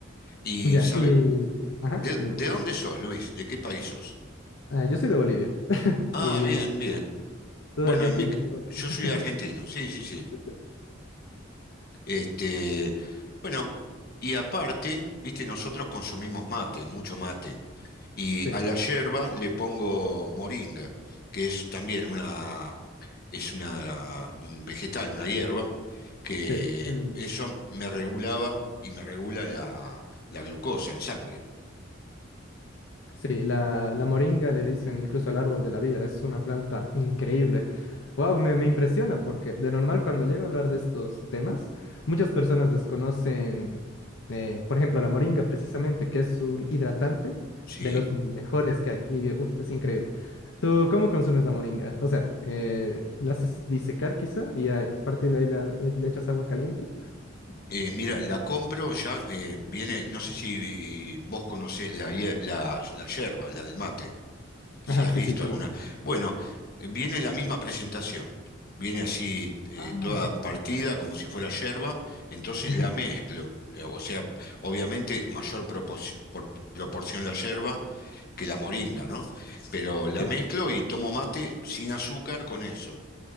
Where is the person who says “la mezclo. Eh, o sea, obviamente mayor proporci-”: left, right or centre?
Left